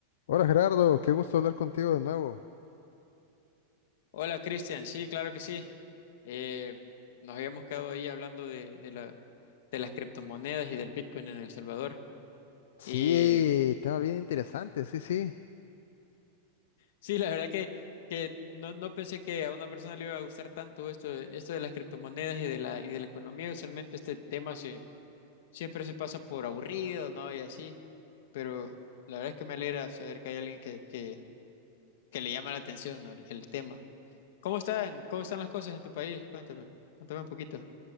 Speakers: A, on the left; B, on the left.
A: Hola Gerardo, qué gusto hablar contigo de nuevo.
B: Hola Cristian, sí, claro que sí. Eh, nos habíamos quedado ahí hablando de, de la, de las criptomonedas y del Bitcoin en El Salvador.
A: Sí,
B: Y
A: estaba bien interesante, sí, sí.
B: sí, la verdad que, que no, no pensé que a una persona le iba a gustar tanto esto, de- esto de las criptomonedas y de la, y de la economía. Usualmente este tema se, siempre se pasa por aburrido, ¿no? Y así. Pero la verdad es que me alegra saber que hay alguien que, que, que le llama la atención, ¿no? El, el tema. ¿Cómo están, cómo están las cosas en tu país? Cuéntame, cuéntame un poquito.